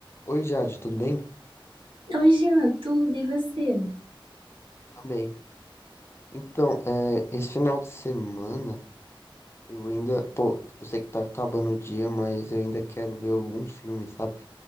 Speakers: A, on the left; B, on the right.
A: Oi, Jade, tudo bem?
B: Oi, Jean, tudo e você?
A: Também. Então, é, esse final de semana eu ainda. Pô, eu sei que tá acabando o dia, mas eu ainda quero ver algum filme, sabe?